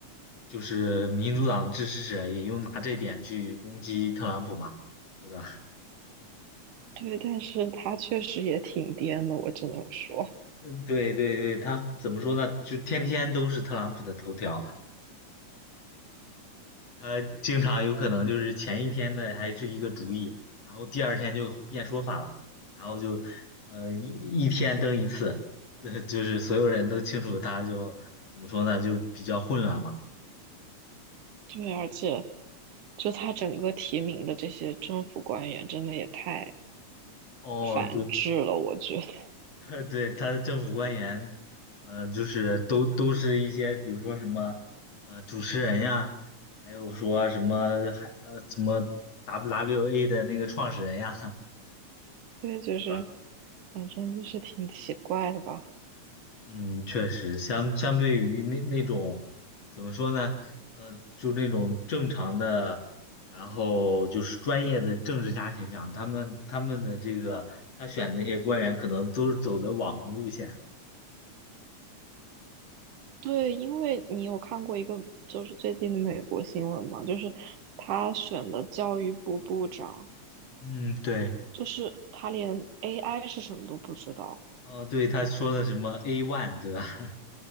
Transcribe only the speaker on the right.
对，但是它确实也挺颠的，我只能说，
对，而且。就他整个提名的这些政府官员，真的也太
反制了，
我觉得。<laughs>
对，就是
反正就是挺奇怪的吧。
对，因为你有看过一个就是最近的美国新闻嘛，就是他选的教育部部长，
就是他连 AI 是什么都不知道。